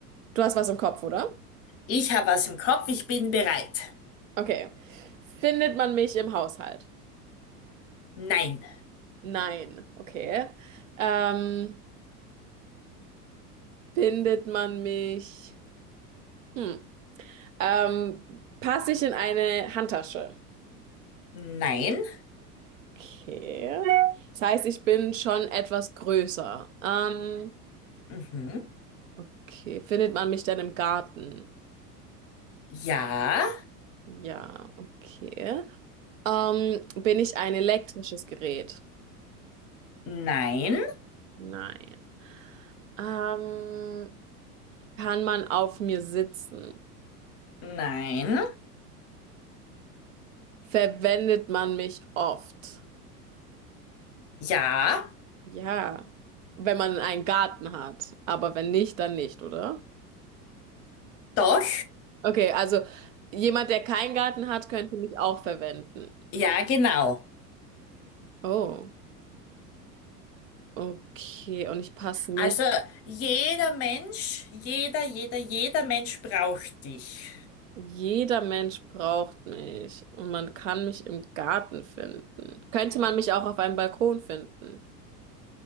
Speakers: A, on the right (about 55°); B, on the left (about 30°).
A: Du hast was im Kopf, oder?
B: Ich habe was im Kopf. Ich bin bereit.
A: Okay. Findet man mich im Haushalt?
B: Nein.
A: Nein. Okay. Ähm, findet man mich? Hm. Ähm, passe ich in eine Handtasche?
B: Nein.
A: Okay. Das heißt, ich bin schon etwas größer. Ähm,
B: Mhm.
A: okay. Findet man mich denn im Garten?
B: Ja.
A: Ja, okay. Ähm, bin ich ein elektrisches Gerät?
B: Nein.
A: Nein. Ähm, kann man auf mir sitzen?
B: Nein.
A: Verwendet man mich oft?
B: Ja,
A: Ja, wenn man einen Garten hat. Aber wenn nicht, dann nicht, oder?
B: doch,
A: Okay, also jemand, der keinen Garten hat, könnte mich auch verwenden.
B: ja, genau.
A: Oh, okay. Und ich passe nicht.
B: Also jeder Mensch, jeder, jeder, jeder Mensch braucht dich.
A: Jeder Mensch braucht mich und man kann mich im Garten finden. Könnte man mich auch auf einem Balkon finden?